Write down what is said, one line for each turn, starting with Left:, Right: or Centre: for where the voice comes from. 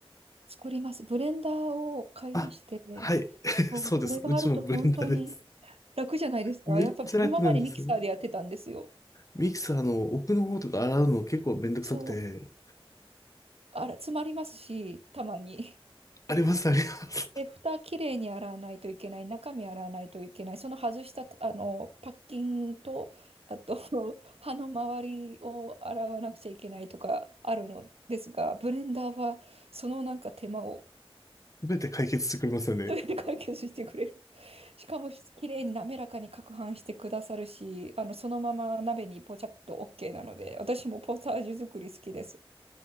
Right: 作ります。ブレンダーを買いまして、
Left: あ、はい。<laughs>
Right: そう、
Left: そうです。
Right: これがあると本当に
Left: うちもブレンダーです。
Right: 楽じゃないですか。
Left: めっちゃ楽なんですよね。
Right: やっぱ今までミキサーでやってたんですよ。
Left: ミキサーの奥の方とか洗うの結構めんどくさくて、
Right: そう、あら、詰まりますし、たまに。<laughs>
Left: あります、あります。<laughs>
Right: で、蓋きれいに洗わないといけない、中身洗わないといけない、その外したあのパッキンと、あと <laughs> 歯の周りを洗わなくちゃいけないとかあるのですが、ブレンダーはそのなんか手間を
Left: 全て解決してくれますよね。
Right: それで解決してくれる。<laughs> しかも、綺麗に滑らかに攪拌してくださるし、あの、そのまま鍋にポチャッと OK なので、私もポタージュ作り好きです。